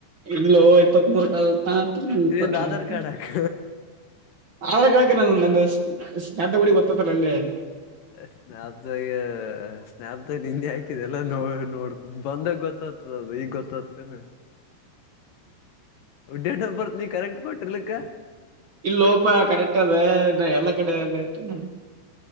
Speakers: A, on the right; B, on the left.
A: ಇಲ್ಲೋ ಇಪ್ಪತ್ತ್ ಮೂರಕ ಅದ ಅಂತ ನಾ ಅನಂತಿನಿ ನಿ ಇಪ್ಪತನಾಲ್ಕ.
B: ನಿಂದ್ ಆಧಾರ್ ಕಾರ್ಡ್ ಹಾಕ್
A: ಅಳಕ ಅಳಕ ನಾನ ನಂದ <unintelligible> ಗುಡಿ ಗೊತ್ತ ಅದಲ ಅಲ್ಲೇ.
B: ಸ್ನ್ಯಾಪ್ದಾಗೆ ಸ್ನಾಪ್್ದಾಗ ನಿಂದೆ ಹಾಕಿದೆಲ್ಲ ನೋಡ. ನೋಡ್ತ ಬಂದ ಗೊತ್ತ್ತದ ಅದ ಈಗ್ ಗೊತ್ತತೇನ. ಡೇಟ್ ಆಫ್ ಬರ್ತ್ ನೀ ಕರೆಕ್ಟ್ ಕೊಟ್ಟಿರ್ಲಿಕ್ಕ.
A: ಇಲ್ಲೋಪ ಕರೆಕ್ಟ್ ಅದ ನಾ ಎಲ್ಲ ಕಡೆ ಅದೆ. <unintelligible>